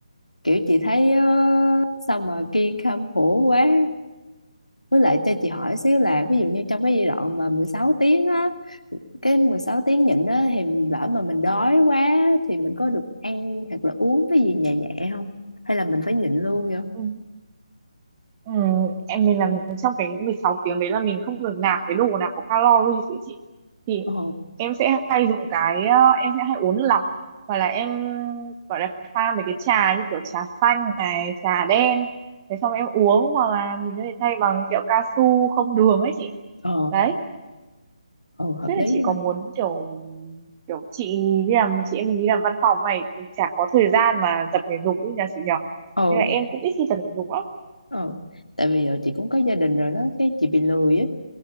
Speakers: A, on the left; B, on the right.
A: kiểu chị thấy ờ, sao mà kiên khem khổ quá với lại cho chị hỏi xíu là ví dụ như trong cái giai đoạn mà 16 tiếng á cái 16 tiếng nhịn á thì lỡ mà mình đói quá thì mình có được ăn hoặc là uống cái gì nhẹ nhẹ không hay là mình phải nhịn luôn vậy
B: ừ. Ừ, em mình làm trong cái 16 tiếng đấy là mình không được nạp cái đồ nào có calories ý chị thì
A: ờ
B: em sẽ hay dùng cái ờ, em sẽ hay uống nước lọc hoặc là em gọi là pha mấy cái trà như kiểu trà xanh này trà đen thế xong em uống hoặc là mình có thể thay bằng kẹo cao su không đường ấy chị
A: ờ
B: đấy
A: ờ hợp
B: tức là
A: lý
B: chị
A: quá
B: có muốn kiểu kiểu chị đi làm chị em mình đi làm văn phòng này cũng chả có thời gian mà tập thể dục ý nhà chị nhỉ
A: ừ
B: nên là em cũng ít khi tập thể dục lắm
A: Ờ, tại vì giờ chị cũng có gia đình rồi đó cái chị bị lười ấy